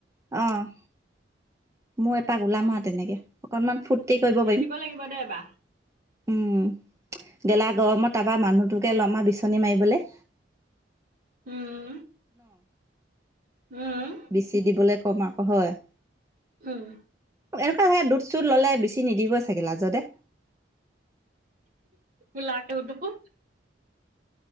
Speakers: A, on the right (about 15°); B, on the right (about 50°).
A: অ', মই এপাক ওলাম
B: অ,
A: আৰু তেনেকে অকনমান ফুৰ্তি কৰিব
B: নাচিব
A: পাৰিম
B: লাগিব দে এবাৰ।
A: উম, গেলা গৰমত তাৰপা মানুহটোকে লমা বিচনী মাৰিবলৈ
B: উম। উম,
A: বেছি দিবলৈ কম আকৌ হয়।
B: উম।
A: এনেকুৱা হ'লে দুধ চোধ ললে বেছি নিদিবই চাগিল লাজতে।
B: কুলাটো দোহো।